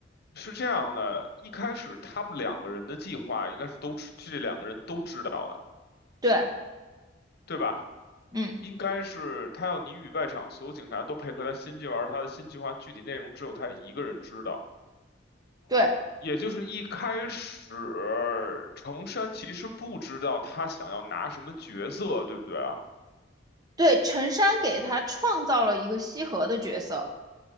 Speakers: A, on the left; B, on the right.
A: 是这样的，一开始他们两个人的计划应该是都知，这两个人都知道的，
B: 对，
A: 对吧？
B: 嗯
A: 应该是他要你与外场所有警察都配合他新计划，而他的新计划具体内容只有他一个人知道。
B: 对
A: 也就是一开始，程山其实不知道他想要拿什么角色，对不对啊？
B: 对，陈山给他创造了一个西河的角色。